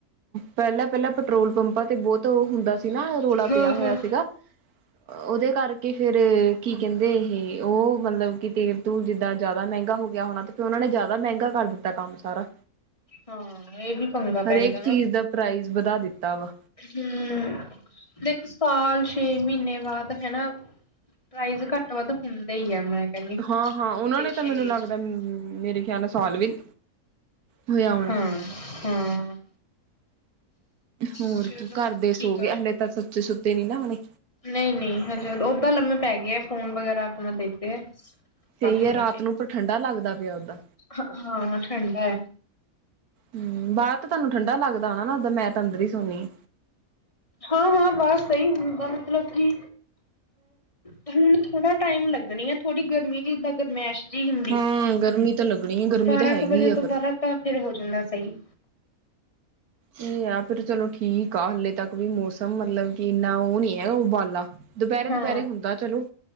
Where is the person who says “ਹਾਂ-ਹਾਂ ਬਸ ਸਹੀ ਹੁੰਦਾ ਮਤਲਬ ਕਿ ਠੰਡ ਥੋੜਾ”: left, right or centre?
Left